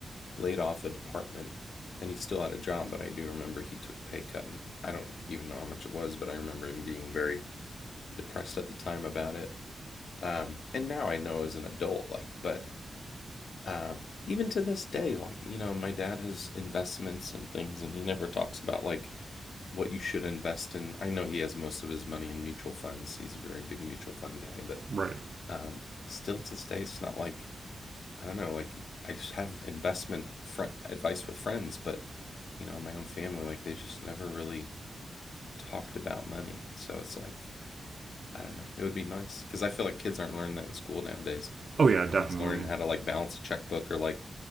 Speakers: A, on the left (about 70°); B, on the right (about 45°).
A: laid off a department and he still had a job, but I do remember he took a pay cut and I don't even know how much it was, but I remember him being very depressed at the time about it. Um, and now I know as an adult, like, but um, even to this day, like, you know, my dad has investments and things and he never talks about like what you should invest in. I know he has most of his money in mutual funds. He's a very big mutual fund guy, but
B: Right.
A: um, still to this day, it's not like I don't know, like I have investment fr- advice with friends, but you know, in my own family, like they just never really talked about money. So it's like, I don't know. It would be nice because I feel like kids aren't learning that in school nowadays.
B: Oh yeah,
A: No
B: definitely.
A: one's learning how to like balance a checkbook or like,